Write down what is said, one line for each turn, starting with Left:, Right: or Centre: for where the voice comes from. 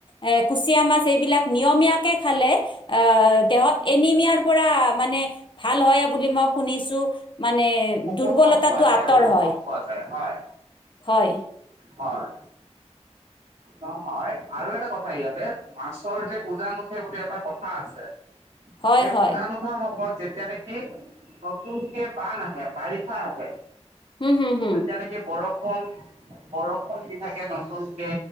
Left: এ কুচিয়া মাছ এইবিলাক নিয়মীয়াকে খালে আহ দেহত এনিমিয়াৰ পৰা মানে ভাল হয় বুলি মই শুনিছো। মানে
Right: উপশম
Left: দুৰ্বলতাটো
Right: পোৱা যায়
Left: আঁতৰ
Right: উপশম
Left: হয়,
Right: পোৱা যায় হয়
Left: হয়।
Right: হয়। নহয় আৰু এটা কথা ইয়াতে মাছৰ যে উজা উঠে বুলি এটা কথা আছে।
Left: হয়
Right: সেই
Left: হয়
Right: উজান তা সময়ত যেতিয়া নেকি নতুনকে বান আহে, বাৰিষা আহে।
Left: হম হম হম
Right: তেতিয়া নেকি বৰষুণ, বৰষুণ দি থাকে নতুনকে